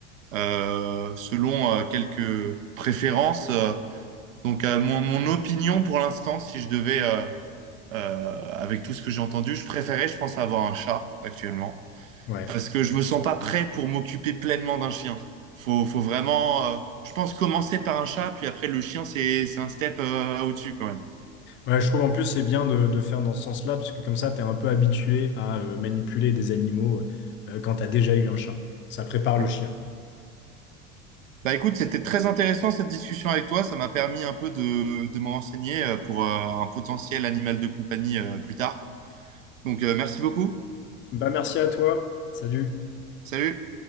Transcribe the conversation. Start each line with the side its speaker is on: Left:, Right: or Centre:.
Right: euh, selon euh, quelques préférences. euh, Donc, euh, mon, mon opinion pour l'instant, si je devais, euh, euh, avec tout ce que j'ai entendu, je préférais, je pense, avoir un chat actuellement
Left: Ouais.
Right: parce que je me sens pas prêt pour m'occuper pleinement d'un chien. Faut, faut vraiment, euh, je pense, commencer par un chat, puis après, le chien, c'est, c'est un step, euh, au-dessus quand même.
Left: Ouais, je trouve en plus c'est bien de, de faire dans ce sens-là, parce que comme ça, t'es un peu habitué à euh, manipuler des animaux euh, quand t'as déjà eu un chat. Ça prépare le
Right: Mm.
Left: chien, quoi.
Right: Bah écoute, c'était très intéressant cette discussion avec toi. Ça m'a permis un peu de, de m'en renseigner euh, pour euh, un potentiel animal de compagnie euh, plus tard. Donc, euh, merci beaucoup.
Left: Bah merci à toi. Salut.
Right: Salut.